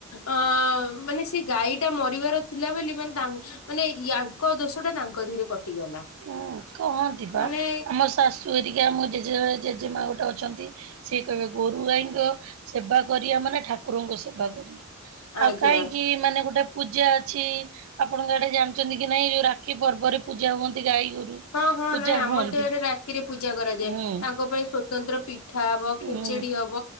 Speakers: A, on the left (about 75°); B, on the right (about 70°).
A: ଅଁ ମାନେ ସେ ଗାଈ ଟା ମରିବାର ଥିଲା ବୋଲି ମାନେ ତାଙ୍କ ମାନେ ୟାଙ୍କ ଦୋଷ ଟା ତାଙ୍କ ଧିଏରେ କଟିଗଲା।
B: ହୁଁ କହନ୍ତି ବା,
A: ମାନେ
B: ଆମ ଶାଶୁ ହେରିକା ମୋ ଜେଜେ ଜେଜେମା ଗୋଟେ ଅଛନ୍ତି ସିଏ କହିବେ ଗୋରୁ ଗାଈଙ୍କ ସେବା କରିଆ ମାନେ ଠାକୁରଙ୍କ ସେବା କରିବା। ଆଉ
A: ଆଜ୍ଞା
B: କାଇଁକି ମାନେ ଗୋଟେ ପୂଜା ଅଛି ଆପଣଙ୍କ ଆଡ଼େ ଜାଣିଚନ୍ତି କି ନାଇଁ ଯୋଉ ରାକ୍ଷୀ ପର୍ବରେ ପୂଜା ହୁଅନ୍ତି ଗାଈ। ଗୋରୁ
A: ହଁ-ହଁ
B: ପୂଜା
A: ନାଇଁ ଆମର
B: ହୁଅନ୍ତି
A: ତ ଇଆଡେ ରାକ୍ଷୀରେ ପୂଜା କରାଯାଏ,
B: ହୁଁ
A: ତାଙ୍କ ପାଇଁ ସ୍ୱ ତନ୍ତ୍ର ପିଠା ହବ, ଖେଚେଡି
B: ଉଁ
A: ହବ,